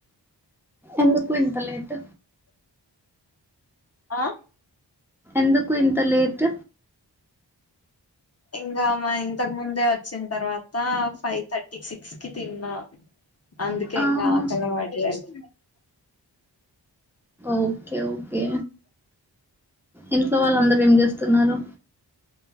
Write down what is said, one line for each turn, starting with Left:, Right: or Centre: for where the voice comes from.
Centre: ఎందుకు ఇంతలేట్
Left: ఆ
Centre: ఎందుకు ఇంత లేట్
Left: ఇంగా మా ఇంతకు ముందే వచ్చిన్ తర్వాత ఫైవ్ థర్టీ సిక్స్ కి తిన్నా అందుకే
Centre: ఆహా
Left: ఇంగా ఆకలి అవ్వట్లేదు
Centre: ఓకేఓకే ఇంట్లో వాళ్ళుందరూ ఏం జేస్తున్నారు